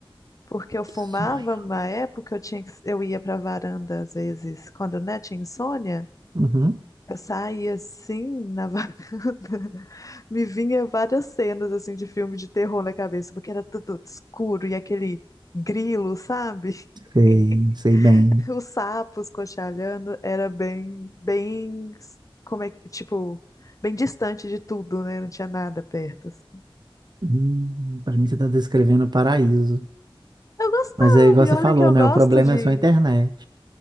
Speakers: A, on the left (about 35°); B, on the right (about 50°).
A: Porque eu fumava
B: Que sonho.
A: uma época, eu tinha que, eu ia pra varanda às vezes, quando, né, tinha insônia.
B: Uhum.
A: Eu saía assim na varanda, <laughs> me vinha várias cenas assim de filme de terror na cabeça, porque era tudo escuro e aquele grilo, sabe?
B: Sei,
A: <laughs>
B: sei bem.
A: Os sapos cochalhando era bem, bem, como é, que- tipo, bem distante de tudo, né? Não tinha nada perto. assim.
B: Hum, para mim você está descrevendo o paraíso.
A: Eu gostava,
B: Mas é igual
A: e
B: você
A: olha
B: falou,
A: que eu
B: né?
A: gosto
B: O problema
A: de.
B: é só a internet.